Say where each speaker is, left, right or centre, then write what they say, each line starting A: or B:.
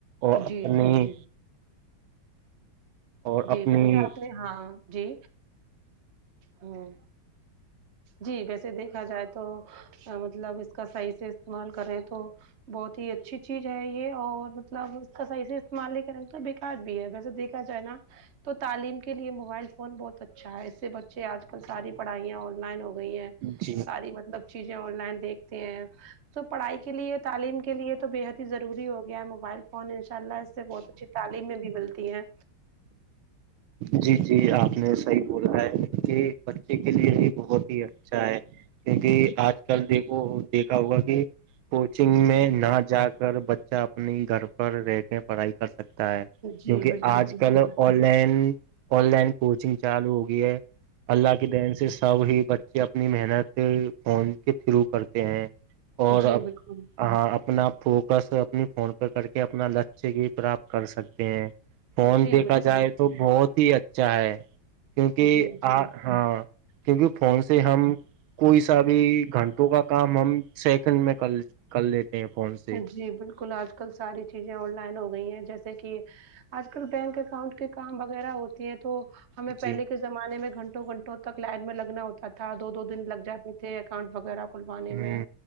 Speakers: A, on the right; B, on the right.
A: اور اپنی
B: جی جی جی
A: اور
B: جی
A: اپنی
B: ویسے آپ نے ہاں جی ہوں جی ویسے دیکھا جائے تو مطلب اس کا صحیح سے استعمال کریں تو بہت ہی اچھی چیز ہے یہ اور مطلب اس کا صحیح سے استعمال ہی کریں گ تو بیکار بھی ہے ویسے دیکھا جائے نا تو تعلیم کے لیے موبائل فون بہت اچھا ہے اس سے بچے آج کل ساری پڑھائیاں آن لائن ہوگی گئی ہیں
A: جی
B: ساری مطلب چیزیں آن لائن دیکھتے ہیں تو پڑھائی کے لیے تعلیم کے لیے تو بےحد ہی ضروری ہو گیا ہے موبائل اورن ان شاء اللہ اس سے بہت اچھی تعلیم میں بھی ملتی ہیں
A: جی جی آپ نےسی بولا ہے کہ بچے کے لیے ہی بہت ہی اچھا ہے کیونکہ آج کل دیکھو دیکھا ہوگا کہ کوچنگ میں نہ جا کر بچہ اپنی گھر پر رہ کے پڑھائی کر سکتا ہے
B: جی
A: کیونکہ
B: بالکل
A: آج
B: بالکل
A: کل online online coaching چالو ہوگئی ہے اللہ کے دین سے سب ہی بچے اپنی محنت فون کے تھرو کرتے ہیں اور
B: جی
A: اب
B: بالکل
A: ہ اپنا فوکس اپنی فون پہ کر کے اپنا لچ اچے کی پراپت کر سکتے ہیں فون
B: جی
A: دیکھا
B: بالکل
A: جائے تو بہت ہی اچھا ہے کیونکہ
B: جی جی
A: آ ہاں کیونکہ فون سے ہم کوئی سا بھی گھنٹوں کا کام ہم سیکنڈ میں کر کر لیتے ہیں فون سے
B: جی بالکل آج کل ساری چیزیں آن لائن ہو گئی ہیں جیسے کہ آج کل بینک اکاؤنٹ کے کام وغیرہ ہوتی ہیں تو ہمیں پہلے
A: جی
B: کے زمانے میں گھنٹوں گھنٹوں تک لائن میں لگنا ہوتا تھا دو دو دن لگ جاتے تھے اکاؤنٹ وغیرہ کھلوانے میں
A: ہ